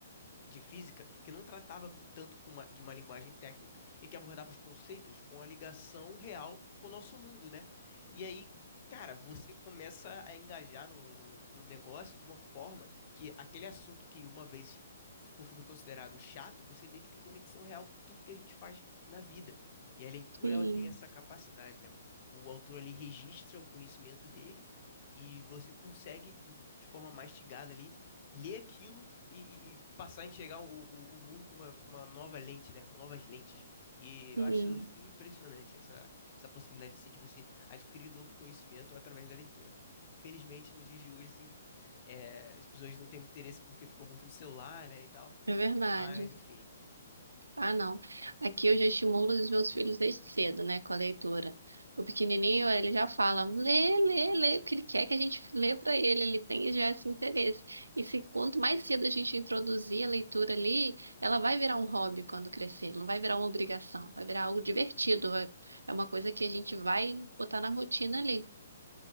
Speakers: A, on the left; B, on the right.
A: de física que não tratava tanto com uma- de uma linguagem técnica e que abordava os conceitos com a ligação real com o nosso mundo, né? E aí, cara, você começa a engajar no, no, no negócio de uma forma que aquele assunto que uma vez ficou- foi considerado chato, você vê que tem conexão real com tudo que a gente faz na vida. E a leitura,
B: sim,
A: ela tem essa capacidade, né? O autor ali registra o conhecimento dele e você consegue, de de forma mastigada ali, ler aquilo e, e- e passar a enxergar o, o, o mundo com uma, com uma nova lente, né? Com novas lentes. E eu
B: sim.
A: acho impressionante essa, essa possibilidade, assim, de você adquirir novo conhecimento através da leitura. Felizmente, nos dias de hoje, assim, <laughs> é, as pessoas não têm muito interesse porque ficam muito no celular, né, e tal.
B: É verdade.
A: Mas, enfim.
B: Ah, não. Aqui eu já estimulo os meus filhos desde cedo, né, com a leitura. O pequenininho, ele já fala, lê, lê, lê, porque ele quer que a gente lê para ele, ele tem já esse interesse. E se quanto mais cedo a gente introduzir a leitura ali, ela vai virar um hobby quando crescer, não vai virar uma obrigação, vai virar algo divertido, vai- é uma coisa que a gente vai botar na rotina ali.